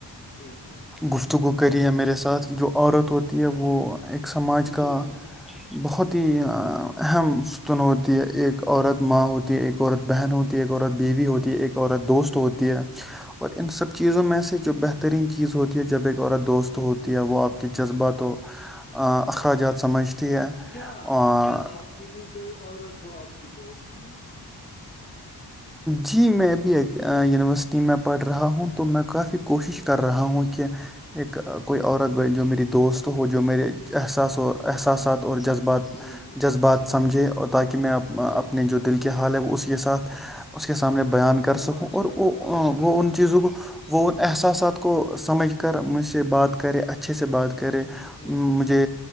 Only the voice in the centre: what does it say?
گفتگو کری ہے میرے ساتھ جو عورت ہوتی ہے وہ ایک سماج کا
بہت ہی اہم ستون ہوتی ہے ایک عورت ماں ہوتی ہے ایک ایک عورت بہن ہوتی ہے ایک عورت بیوی ہوتی ہے ایک عورت دوست ہوتی ہے اور ان سب چیزوں میں سے جو بہترین چیز ہوتی ہے جب ایک عورت دوست ہوتی ہے وہ آپ کی جذبات و اخراجات سمجھتی ہے
آ،
جی میں ابھی ایک یونیورسٹی میں پڑھ رہا ہوں تو میں کافی
کوشش
کر رہا ہوں کہ ایک کوئی
عورت جو میری دوست ہو جو میرے احساس و
احساسات
اور جذبات
جذبات
سمجھے اور تاکہ میں
اپنے
جو دل کی حال ہے وہ اس کے ساتھ اس کے سامنے بیان کر سکوں
اور
وہ
ان چیزوں کو وہ ان احساسات کو سمجھ کر مجھ سے بات کرے اچھے سے بات کرے
مجھے